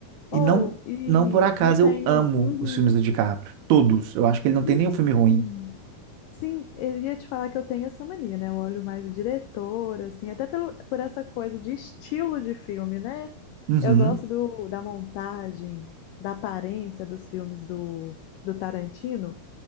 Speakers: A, on the right; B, on the left.
A: E
B: Ou,
A: não,
B: e
A: não por acaso
B: eu tenho.
A: eu amo
B: Uhum.
A: os filmes do DiCaprio. Todos. Eu acho que ele não
B: Sim,
A: tem nenhum filme ruim.
B: sim, eu ia te falar que eu tenho essa mania, né? Eu olho mais o diretor, assim, até pelo, por essa coisa de estilo de filme, né?
A: Uhum,
B: Eu gosto do, da montagem, da aparência dos filmes do, do Tarantino,